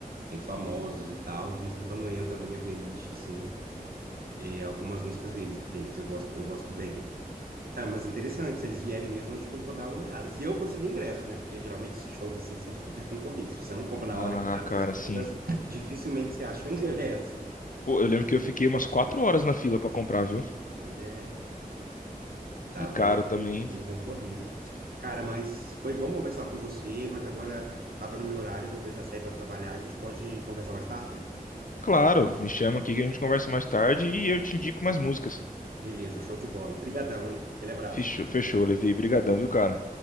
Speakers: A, on the right; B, on the left.
A: bem famosos e tal. De vez em quando entra na minha playlist, assim, é, algumas músicas deles, deles. Eu gosto, eu gosto bem. Ah, mas interessante, se eles vierem mesmo, acho que eu vou dar uma olhada. Se eu conseguir ingresso, né? Porque geralmente esses shows assim são super concorridos. Se você não compra na
B: Ah,
A: hora que abre
B: cara,
A: as vendas,
B: sim.
A: dificilmente você acha o ingresso.
B: Pô, eu lembro que eu fiquei umas quatro horas na fila pra comprar, viu?
A: Pois é, tá
B: E caro
A: bem,
B: também.
A: bem concorrido. Cara, mas foi bom conversar com você, mas agora tá dando meu horário, eu vou precisar sair para trabalhar. A gente pode conversar mais tarde?
B: Claro, me chama aqui que a gente conversa mais tarde e eu te indico mais músicas.
A: Beleza, show de bola. Brigadão, hein? Aquele abraço.
B: Fechou, fechou, Levi. Brigadão, viu, cara?